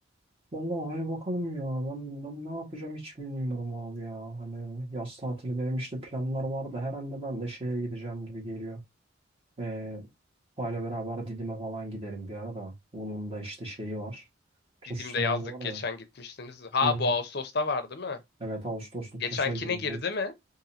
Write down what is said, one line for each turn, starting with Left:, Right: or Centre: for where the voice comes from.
Right: vallahi hani bakalım ya ben, ben ne yapacağım hiç bilmiyorum abi ya. Hani yaz tatili benim işte planlar vardı herhalde ben de şeye gideceğim gibi geliyor. E, Tufayla beraber Didim'e falan giderim bir ara da. Bunun da işte şeyi var. TUS
Left: Didim'de
Right: sınavı
Left: yazdık
Right: var
Left: geçen
Right: ya.
Left: gitmiştiniz. Ha
Right: Hı hı.
Left: bu Ağustos'ta var değil mi?
Right: Evet Ağustos'ta TUS'a
Left: Geçenkine
Right: girecek.
Left: girdi mi?